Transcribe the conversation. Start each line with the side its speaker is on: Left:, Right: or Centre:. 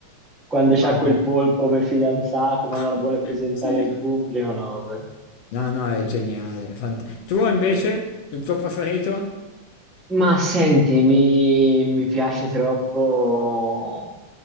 Centre: Quando c'ha
Left: Fanta-
Centre: quel polpo come fidanzata, ma
Left: <laughs>
Centre: non la vuole presentare
Left: Sì.
Centre: in pubblico, no, vabbè.
Left: No, no, è geniale. fant- Tu invece, il tuo preferito?
Centre: Ma senti, mi, mi piace troppo.